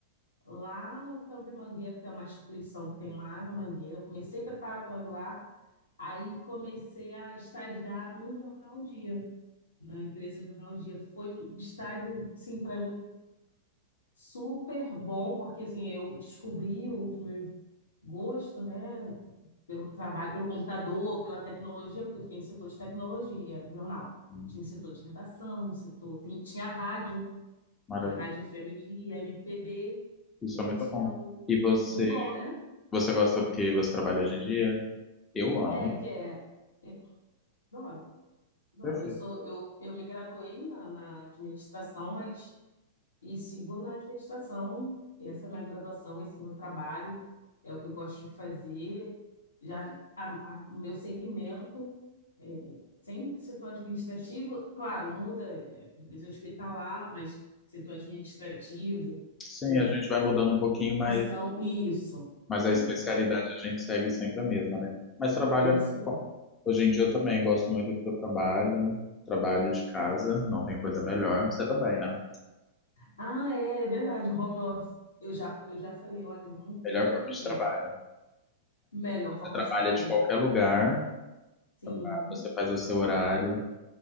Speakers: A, on the left; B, on the left.
A: lá no Campo Mangueira, tem uma instituição que tem lá na Mangueira. Eu comecei preparatório lá, aí comecei a estagiar no Jornal Dia. Na empresa Jornal Dia foi um estágio, sim, para mim super bom, porque assim, eu descobri os meus gosto, né, pelo trabalho, pelo computador, pela tecnologia, porque eu fiquei no setor de tecnologia do jornal.
B: Hum,
A: Tinha o setor de redação, o setor, tem- tinha a rádio,
B: Maravilhoso.
A: a rádio FM de MPB,
B: Isso
A: e aí
B: é muito
A: tinha
B: bom.
A: o
B: E você,
A: muito bom, né?
B: você gosta do que você trabalha hoje em dia? Eu amo.
A: É, que é, é adoro, adoro.
B: Perfeito.
A: Eu sou, eu, eu me graduei na, na administração, mas e sigo na administração. Essa é a minha graduação, esse é o meu trabalho, é o que eu gosto de fazer. Já a- a- o meu segmento É, Sempre setor administrativo, claro, muda, é, às vezes hospitalar, mas setor administrativo,
B: Sim,
A: é,
B: a gente vai mudando um pouquinho, mas
A: ação, isso,
B: Mas
A: isso
B: a especialidade
A: aí,
B: a gente segue sempre a mesma, né? Mas trabalho,
A: isso aí.
B: hoje em dia eu também gosto muito do que eu trabalho, trabalho de casa, não tem coisa melhor. Você também, né?
A: Ah, é, é verdade, home office. Eu já, eu já falei, olha, eu não quero
B: Melhor forma
A: outra
B: de
A: vida.
B: trabalho.
A: Melhor
B: Você
A: forma
B: trabalha
A: de trabalho.
B: de qualquer lugar,
A: Sim,
B: traba- você faz o seu horário,